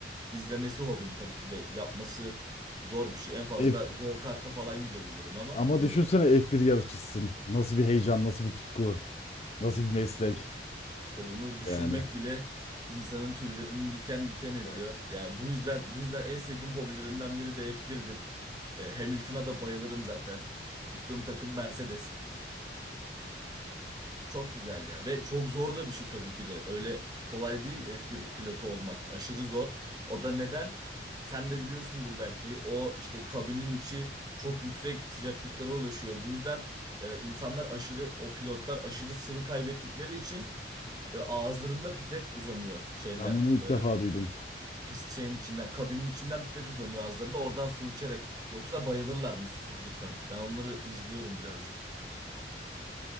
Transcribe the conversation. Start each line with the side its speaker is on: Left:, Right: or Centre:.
Right: İzlemesi hobim tabii ki de yapması zor bir şey. En fazla
Left: F-
Right: go-kart'a falan gidebilirim ama
Left: ama
Right: buyur.
Left: düşünsene F1 yarışçısın. Nasıl bir heyecan, nasıl bir tutku, nasıl bir meslek.
Right: İşte bunu düşünmek
Left: Yani
Right: bile insanın tüylerini diken diken ediyor.
Left: evet.
Right: Yani bu yüzden bu yüzden en sevdiğim hobilerimden biri de F1'dir. E, Hamilton'a da bayılırım zaten. Tuttuğum takım Mercedes. Çok güzel ya ve çok zor da bir şey tabii ki de. Öyle kolay değil F1 pilotu olmak. Aşırı zor. O da neden? Sen de biliyorsundur belki. O işte kabinin içi çok yüksek sıcaklıklara ulaşıyor. Bu yüzden e, insanlar aşırı o pilotlar aşırı sıvı kaybettikleri için e, ağızlarında pipet uzanıyor şeyler.
Left: Ben bunu ilk
Right: E,
Left: defa duydum.
Right: pist şeyin içinden, kabinin içinden pipet uzanıyor ağızlarında. Oradan su içerek. Yoksa bayılırlarmış susuzluktan. Ben onları izliyorum birazcık.